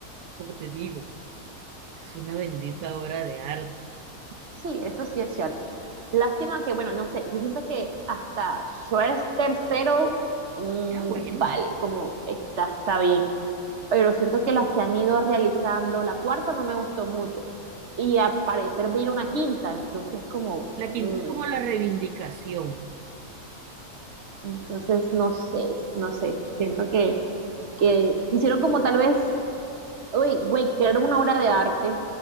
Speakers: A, on the right; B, on the right.
A: como te digo, es una bendita obra de arte.
B: Sí, eso sí es cierto. Lástima que, bueno, no sé, yo siento que hasta Schwarz tercero, mm,
A: Era bueno.
B: vale, como está, está bien. Pero siento que las que han ido realizando, la cuarta no me gustó mucho. Y al parecer viene una quinta, entonces como,
A: La quinta
B: mm,
A: es como la reivindicación
B: entonces no sé, no sé. Siento que, que hicieron como tal vez, uy, güey, crearon una obra de arte,